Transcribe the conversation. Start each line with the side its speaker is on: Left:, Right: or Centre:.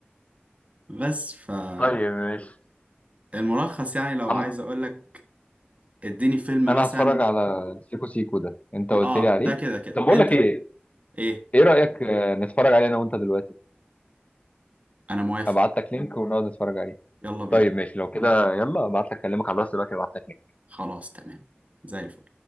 Right: بس فالملخص
Left: طيب ماشي
Right: يعني لو
Left: عم...
Right: عايز اقول لك اديني فيلم
Left: انا
Right: مثلا
Left: هتفرج على سيكو سيكو ده انت قلت
Right: اه
Left: لي عليه
Right: ده كده كده
Left: طب بقول
Right: انت
Left: لك ايه
Right: ايه
Left: ايه رايك آه، نتفرج عليه انا وانت دلوقتي
Right: انا موافق
Left: ابعت لك لينك ونقعد نتفرج عليه
Right: يلا بينا
Left: طيب ماشي لو كده يلا ابعت لك اكلمك على الواتس دلوقتي ابعت لك لينك
Right: خلاص تمام زي الفل